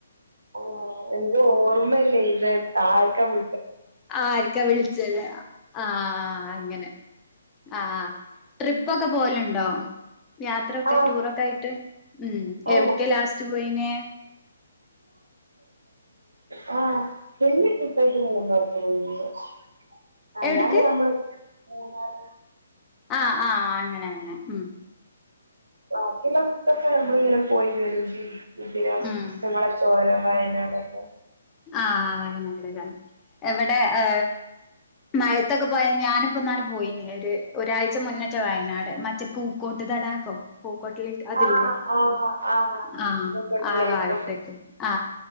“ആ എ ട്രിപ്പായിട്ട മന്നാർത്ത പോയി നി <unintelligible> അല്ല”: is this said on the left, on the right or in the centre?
Right